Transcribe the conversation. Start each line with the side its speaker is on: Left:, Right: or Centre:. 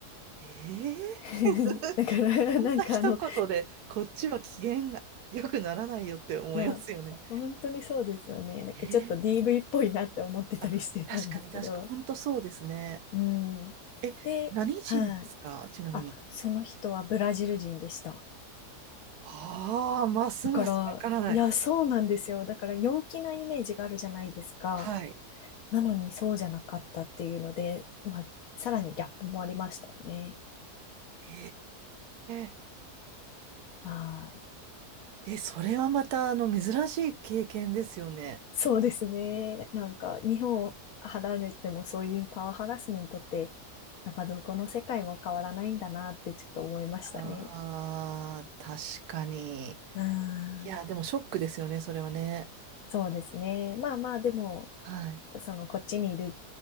Right: ええ
Left: <laughs> だから、
Right: こんな一言で、
Left: なんかあの、
Right: こっちは機嫌が良くならないよって思いますよね。
Left: いや、本当にそうですよね。なんかちょっと
Right: ええ
Left: DV っぽいなって思ってたりしてたんですけど。
Right: あ、確かに確か、本当そうですね。
Left: うん。
Right: え、
Left: で、
Right: 何人ですかちなみに。
Left: はい。あ、その人はブラジル人でした。
Right: はあ、ますますわからない。
Left: だから、いや、そうなんですよ。だから陽気なイメージがあるじゃないですか。
Right: はい。
Left: なのにそうじゃなかったっていうので、まあ、さらにギャップもありましたよね。
Right: へえ。
Left: はい。
Right: え、それはまた、あの、珍しい経験ですよね。
Left: そうですね。なんか、日本を離れてもそういうパワーハラスメントって、やっぱどこの世界も変わらないんだなってちょっと思いましたね。
Right: ああ、確かに。
Left: うん。
Right: いや、でもショックですよね、それはね。
Left: そうですね。まあまあ、でも、
Right: はい。
Left: その、こっちにいる